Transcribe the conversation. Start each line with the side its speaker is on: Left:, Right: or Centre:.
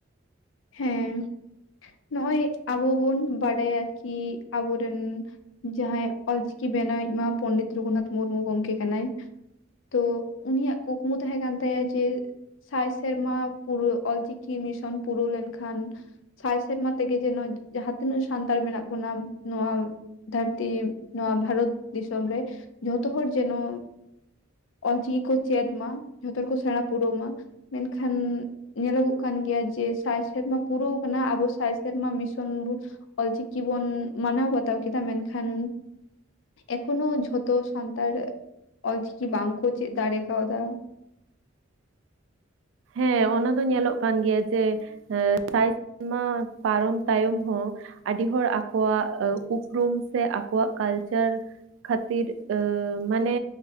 Left: ᱦᱮᱸ ᱱᱚᱜᱼᱚᱭ ᱟᱵᱚ ᱵᱚᱱ ᱵᱟᱰᱟᱭᱟ ᱠᱤ ᱟᱵᱚᱨᱮᱱ ᱡᱟᱦᱟᱭ ᱚᱞᱪᱤᱠᱤ ᱵᱮᱱᱟᱣᱤᱡ ᱢᱟ ᱯᱚᱱᱰᱤᱛ ᱨᱚᱜᱷᱩᱱᱟᱛᱷ ᱢᱩᱨᱢᱩ ᱜᱚᱢᱠᱮ ᱠᱟᱱᱟᱭ᱾ ᱛᱳ ᱩᱱᱤᱭᱟᱜ ᱠᱩᱠᱢᱩ ᱛᱟᱦᱮᱸ ᱠᱟᱱ ᱛᱟᱭᱟ ᱡᱮᱼᱼ ᱥᱟᱭ ᱥᱮᱨᱢᱟ ᱯᱩᱨᱟᱹ ᱚᱞᱪᱤᱠᱤ ᱢᱤᱥᱚᱱ ᱯᱩᱨᱟᱹᱣ ᱞᱮᱱᱠᱷᱟᱱ᱾ ᱥᱟᱭ ᱥᱮᱨᱢᱟ ᱛᱮᱜᱮ ᱡᱮᱱᱚ ᱡᱟᱦᱟᱸ ᱛᱤᱱᱟᱹᱜ ᱥᱟᱱᱛᱟᱲ ᱢᱮᱱᱟᱜ ᱵᱚᱱᱟ ᱱᱚᱣᱟᱼᱼ ᱫᱷᱟᱹᱨᱛᱤ ᱱᱚᱣᱟ ᱵᱷᱟᱨᱚᱛ ᱫᱤᱥᱚᱢ ᱨᱮ ᱡᱚᱛᱚ ᱦᱚᱲ ᱡᱮᱱᱚᱼᱼ ᱚᱞᱪᱤᱠᱤ ᱠᱚ ᱪᱮᱫ ᱢᱟ ᱡᱷᱚᱛᱚ ᱦᱚᱲ ᱠᱚ ᱥᱮᱲᱟ ᱯᱩᱨᱟᱹᱣ ᱢᱟ᱾ ᱢᱮᱱ ᱠᱷᱟᱱ ᱧᱮᱞᱚᱜᱚᱜ ᱠᱟᱱ ᱜᱮᱭᱟ ᱡᱮ ᱥᱟᱭ ᱥᱮᱨᱢᱟ ᱯᱩᱨᱟᱹᱣ ᱠᱟᱱᱟ ᱟᱵᱚ ᱥᱟᱭ ᱥᱮᱨᱢᱟ ᱢᱤᱥᱚᱱ ᱵᱚᱱ ᱚᱞᱪᱤᱠᱤ ᱵᱚᱱ ᱢᱟᱱᱟᱣ ᱵᱟᱛᱟᱣ ᱠᱮᱫᱟ ᱢᱮᱱᱠᱷᱟᱱ ᱮᱠᱷᱚᱱᱳ ᱡᱷᱚᱛᱚ ᱥᱟᱱᱛᱟᱲ ᱚᱞ ᱪᱤᱠᱤ ᱵᱟᱝ ᱠᱚ ᱪᱮᱫ ᱫᱟᱲᱮ ᱠᱟᱣᱫᱟ᱾
Right: ᱦᱮᱸ ᱚᱱᱟ ᱫᱚ ᱧᱮᱞᱚᱜ ᱠᱟᱱ ᱜᱮᱭᱟ ᱡᱮ ᱥᱟᱭ ᱥᱮᱨᱢᱟ ᱯᱟᱨᱚᱢ ᱛᱟᱭᱚᱢ ᱦᱚᱸ ᱟᱹᱰᱤ ᱦᱚᱲ ᱟᱠᱚᱣᱟᱜ ᱩᱯ ᱩᱯᱨᱩᱢ ᱥᱮ ᱟᱠᱚᱣᱟᱜ ᱠᱟᱞᱪᱟᱨ᱾ ᱠᱷᱟᱹᱛᱤᱨ ᱢᱟᱱᱮ